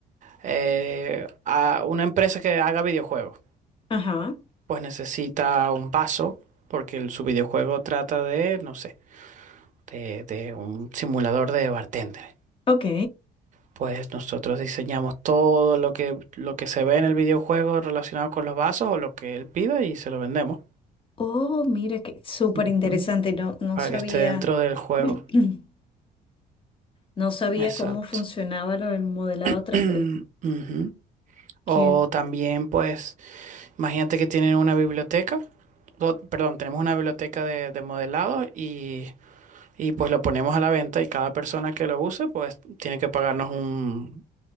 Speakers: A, on the right; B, on the left.
A: eh, a una empresa que haga videojuegos,
B: Ajá.
A: pues necesita un vaso, porque el- su videojuego trata de, no sé, de, de un simulador de bartender.
B: Ok.
A: Pues nosotros diseñamos todo lo que, lo que se ve en el videojuego relacionado con los vasos o lo que él pida y se lo vendemos
B: Oh, mira, qué súper
A: Ujú.
B: interesante. No, no
A: para
B: sabía.
A: que esté dentro del juego.
B: <clears throat> No sabía
A: Exacto.
B: cómo funcionaba lo del modelado
A: <clears throat>
B: tres d
A: Ujú.
B: Que,
A: O también, pues, imagínate que tienen una biblioteca. o, perdón, tenemos una biblioteca de, de modelado y, y pues lo ponemos a la venta y cada persona que lo use pues tiene que pagarnos un-